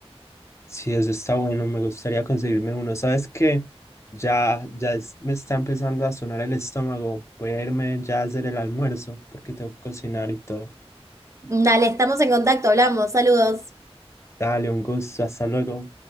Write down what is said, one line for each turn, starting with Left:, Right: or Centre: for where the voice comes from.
Left: Sí, eso está bueno, me gustaría conseguirme uno. ¿Sabes qué? Ya, ya es- me está empezando a sonar el estómago. Voy a irme ya a hacer el almuerzo porque tengo que cocinar y todo.
Right: Dale, estamos en contacto, hablamos, saludos.
Left: Dale, un gusto, hasta luego.